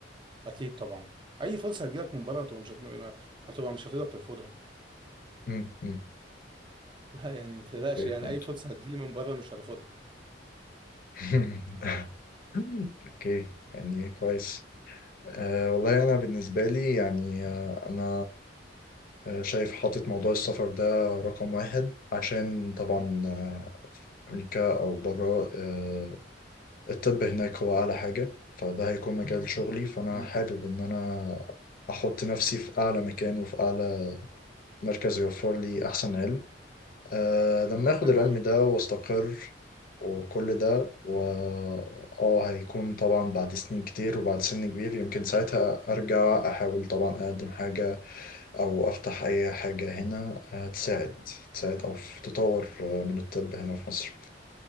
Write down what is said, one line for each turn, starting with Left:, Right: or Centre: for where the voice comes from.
Right: اكيد طبعا اي فرصه هتجيلك من بره هتبقى مش هت... ما- هتبقى مش هتقدر ترفضها
Left: امم امم
Right: <laughs> لا يعني ما تقلقش
Left: اوكي
Right: يعني
Left: فهمت
Right: اي فرصه هتجيلي من بره مش هرفضها
Left: <laughs> اوكي يعني كويس أه والله أنا بالنسبة لي يعني أه أنا آه، شايف حاطط موضوع السفر ده رقم واحد عشان طبعا
Right: مم.
Left: آه، أمريكا أو برا أه الطب هناك هو أعلى حاجة فده هيكون مجال شغلي فأنا
Right: مم.
Left: حابب إن أنا أحط نفسي في أعلى مكان وفي أعلى مركز يوفر لي أحسن علم أه لما اخد
Right: حلو
Left: العلم
Right: قوي ده
Left: ده واستقر وكل ده و اه هيكون طبعا بعد سنين كتير وبعد سن كبير يمكن ساعتها ارجع احاول طبعا اقدم حاجة او افتح اي حاجة هنا آه، تساعد تساعد او تطور آه، من الطب هنا في مصر